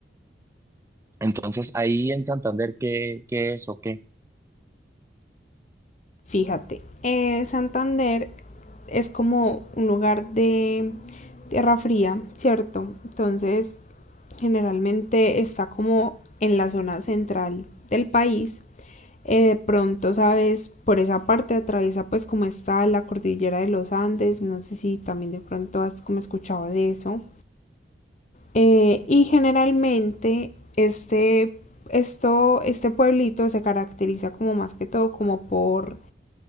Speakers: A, on the right; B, on the left.
A: Entonces, ahí en Santander, ¿qué, qué es o qué?
B: Fíjate, eh, Santander es como un lugar de tierra fría, ¿cierto? Entonces, generalmente está como en la zona central del país. Eh, de pronto, sabes, por esa parte atraviesa pues como está la cordillera de los Andes. No sé si también de pronto has como escuchado de eso. Eh, y generalmente este, esto, este pueblito se caracteriza como más que todo como por